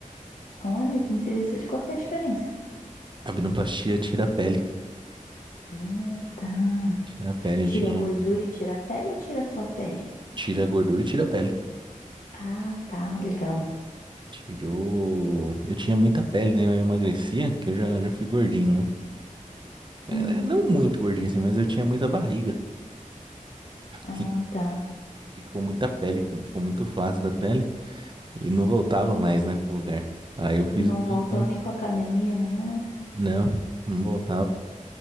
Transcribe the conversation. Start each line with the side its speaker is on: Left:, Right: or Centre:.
Left: Olha que interessante. Qual que é a diferença?
Right: Abdominoplastia tira a pele.
Left: Ah, tá.
Right: Tira a pele,
Left: Tira
Right: eu tinha.
Left: a gordura e tira a pele ou tira só a pele?
Right: Tira a gordura e tira a pele.
Left: Ah, tá, legal.
Right: Tirou. Eu tinha muita pele, né? Eu emagrecia, que eu já, já fui gordinho, né? É,
Left: Uhum.
Right: é, não muito gordinho assim, mas eu tinha muita barriga.
Left: Ah,
Right: E
Left: tá.
Right: ficou muita pele, ficou muito flácida a pele. E não voltava mais, né, pro lugar. Aí eu fiz
Left: Não voltou
Right: uma.
Left: nem com a academia nem nada.
Right: Não, não voltava.